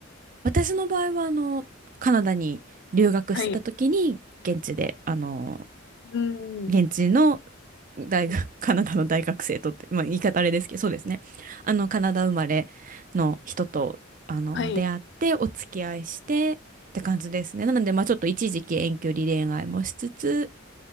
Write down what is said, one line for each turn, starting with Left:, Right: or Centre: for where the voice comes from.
Right: 私の場合は、あの、カナダに留学してた時に、
Left: はい。
Right: 現地で、あの、
Left: うん。
Right: 現地の大学、<laughs> カナダの大学生とって、まあ、言い方あれですけど、そうですね。あの、カナダ生まれの人と、あの、
Left: はい。
Right: 出会って、お付き合いして、って感じですね。なので、まあ、ちょっと一時期遠距離恋愛もしつつ、